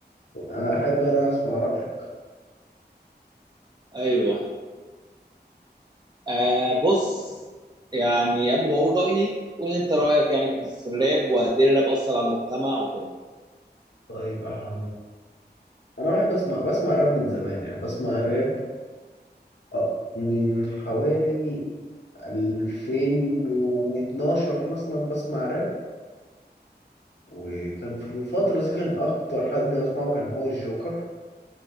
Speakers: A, on the left (about 80°); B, on the right (about 25°).
A: انا احب انا اسمع رأيك
B: ايوه آه بص يعني قبل ما اقول رايي قول انت رايك يعني في الراب وقد ايه الراب اثر على المجتمع وكده
A: طيب احنا انا بحب اسمع بسمع راب من زمان يعني بسمع الراب آه، من حوالي 2012 مثلا بسمع راب وكان في الفترة دي كان أكتر حد بسمعه كان هو الجوكر